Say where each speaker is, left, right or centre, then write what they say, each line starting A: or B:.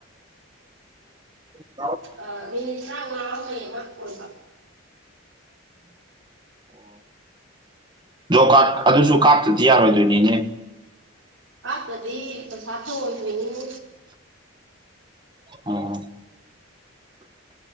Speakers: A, on the right (about 20°); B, on the right (about 70°).
A: ꯑꯣ
B: ꯑ ꯃꯤꯅꯤꯇ꯭ꯔ ꯋꯥꯍꯕ ꯑꯣꯟꯕ
A: ꯑꯣ ꯣ ꯀꯥ ꯑꯗꯨꯁꯨ ꯀꯥꯇꯗꯤ ꯌꯥꯔꯣꯏ ꯅꯤꯅꯦ
B: ꯍꯥꯥꯛꯄꯗꯤ ꯀ ꯁꯥꯊ ꯑꯣꯏꯗꯣꯏꯅꯤ
A: ꯑꯣ